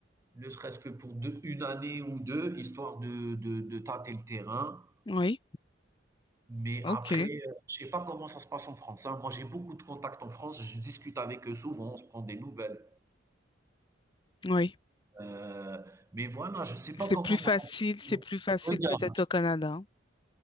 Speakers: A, on the right; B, on the left.
A: ne serait-ce que pour deux- une année ou deux, histoire de, de, de tâter le terrain.
B: oui,
A: Mais
B: ok,
A: après, euh, je sais pas comment ça se passe en France. hein. Moi, j'ai beaucoup de contacts en France. Je discute avec eux souvent. On se prend des nouvelles.
B: oui.
A: Euh, mais voilà, je sais pas
B: C'est
A: comment
B: plus
A: ça
B: facile,
A: fonctionne.
B: c'est plus facile
A: Regarde,
B: peut-être au Canada. hein.